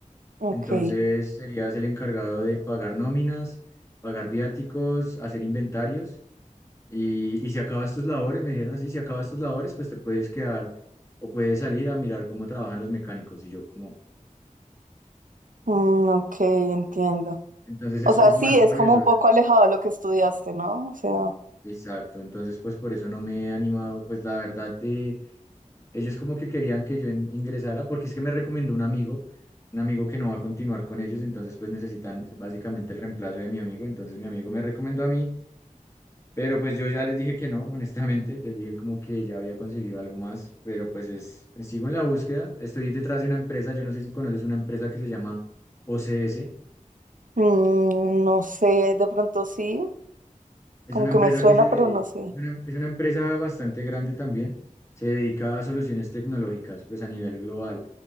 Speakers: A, on the right; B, on the left.
A: Ok.
B: Entonces serías el encargado de pagar nóminas, pagar viáticos, hacer inventarios y, y si acabas tus labores, me dijeron así, si acabas tus labores, pues te puedes quedar o puedes salir a mirar cómo trabajan los mecánicos. Y yo como,
A: Mm, ok, entiendo.
B: entonces
A: O
B: es,
A: sea,
B: es
A: sí,
B: más
A: es
B: por
A: como
B: eso,
A: un
B: o
A: poco
B: sea,
A: alejado de lo que estudiaste, ¿no? O sea,
B: exacto. Entonces pues por eso no me he animado, pues la verdad de Ellos como que querían que yo in- ingresara porque es que me recomendó un amigo, un amigo que no va a continuar con ellos, entonces pues necesitan básicamente el reemplazo de mi amigo, entonces mi amigo me recomendó a mí, pero pues yo ya les dije que no, <laughs> honestamente, les dije como que ya había conseguido algo más, pero pues es, sigo en la búsqueda, estoy detrás de una empresa, yo no sé si conoces una empresa que se llama OCS,
A: mm, no sé, de pronto sí,
B: Es
A: como
B: una
A: que
B: empresa
A: me suena,
B: que se, de-
A: pero no sé.
B: es una, es una empresa bastante grande también. Se dedica a soluciones tecnológicas, pues a nivel global.